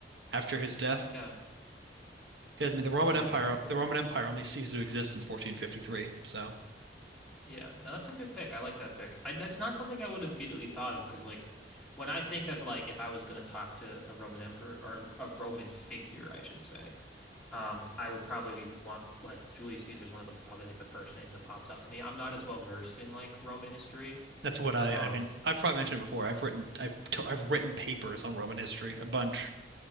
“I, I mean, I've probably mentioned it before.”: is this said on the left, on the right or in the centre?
Right